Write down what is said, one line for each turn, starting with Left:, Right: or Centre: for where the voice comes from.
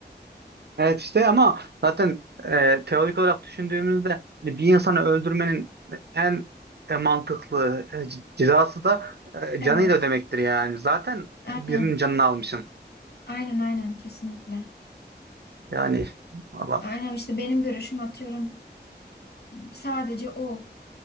Right: Evet işte ama zaten e, teorik olarak düşündüğümüzde hani bir insanı öldürmenin en e, mantıklı e, c- cezası da e,
Left: Evet.
Right: canıyla ödemektir yani. Zaten
Left: Aynen.
Right: e, birinin canını almışsın.
Left: Aynen aynen kesinlikle.
Right: Yani valla
Left: Aynen işte benim görüşüm atıyorum sadece o.